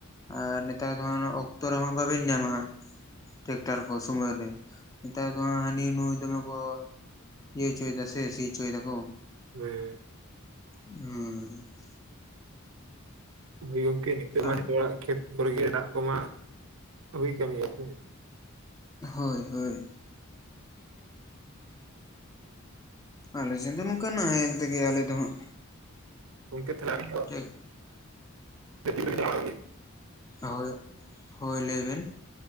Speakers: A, on the left; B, on the right.
A: ᱟᱨ ᱱᱮᱛᱟᱨ ᱫᱚ ᱦᱟᱸᱜ ᱚᱠᱛᱚ ᱨᱮᱦᱚᱸ ᱵᱟᱵᱮᱱ ᱧᱟᱢᱟ ᱴᱮᱠᱴᱟᱨ ᱚᱥᱚᱢᱚᱭ ᱨᱮ <unintelligible> ᱦᱟᱱᱤ ᱱᱩᱭ ᱫᱚᱢᱮ ᱠᱚ ᱤᱭᱟᱹ ᱪᱚᱭᱫᱟᱭ ᱥᱮ ᱥᱤ ᱦᱪᱚᱭᱫᱟ ᱠᱚ᱾
B: ᱦᱮᱸ,
A: ᱦᱩᱸ᱾
B: ᱦᱩᱭ ᱜᱚᱝᱠᱮ ᱱᱤᱛᱚᱜ
A: ᱦᱳᱭ
B: ᱢᱟ <unintelligible> ᱠᱷᱮᱛ ᱠᱚᱨᱮ ᱜᱮ ᱫᱟᱜ ᱠᱚ ᱢᱟ ᱦᱩᱭ ᱠᱟᱱ ᱜᱮᱭᱟ ᱥᱮ᱾
A: ᱦᱳᱭ ᱦᱳᱭ ᱾ ᱟᱞᱮ ᱥᱮᱱ ᱫᱚ ᱱᱚᱩᱠᱟ ᱱᱟᱦᱮᱞ ᱛᱮ ᱜᱮ ᱟᱞᱮ ᱫᱚ ᱱᱚᱦᱟᱜ᱾
B: ᱜᱚᱝᱠᱮ ᱛᱟᱦᱞᱮ <unintelligible>
A: <unintelligible>
B: <unintelligible>
A: ᱦᱳᱭ ᱦᱳᱭ ᱞᱟᱹᱭ ᱵᱤᱱ